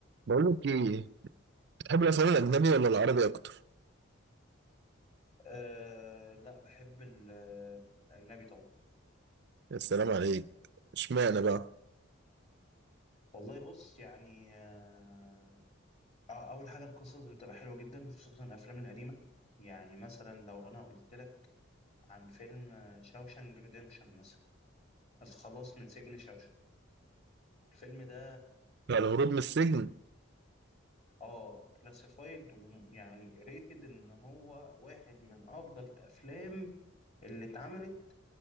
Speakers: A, on the right (about 55°); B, on the left (about 35°).
A: بقول لك ايه بتحب الافلام الاجنبي ولا العربي اكتر
B: أه لا بحب ال- الأجنبي طبعا
A: يا سلام عليك اشمعنى بقى
B: والله بص يعني آه، أول حاجة القصص بتبقى حلوة جدا خصوصا الأفلام القديمة يعني مثلا لو أنا قلت لك عن فيلم شاوشانج ريديمشن مثلا الخلاص من سجن شاوشانج الفيلم ده
A: بقى الهروب من السجن
B: اه كلاسيفايد ويعني ريتد إن هو واحد من أفضل الأفلام اللي اتعملت